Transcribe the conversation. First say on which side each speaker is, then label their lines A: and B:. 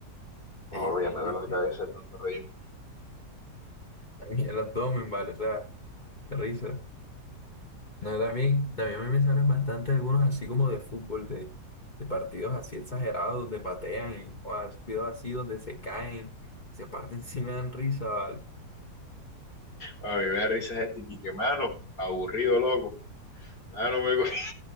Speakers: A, on the left (about 65°); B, on the left (about 30°).
A: Ahora
B: Ey, sí,
A: ya me duele
B: sí.
A: la cabeza de tanto reírme.
B: <laughs> Y el abdomen, vale, o sea, qué risa. No, también, también a mí me salen bastante algunos así como de fútbol, de, de partidos así exagerados donde patean y o, videos así donde se caen, se parten, <laughs> sí me dan risa, vale.
A: A mí me da risa este Quique, mano, aburrido, loco. Mano, me cogió,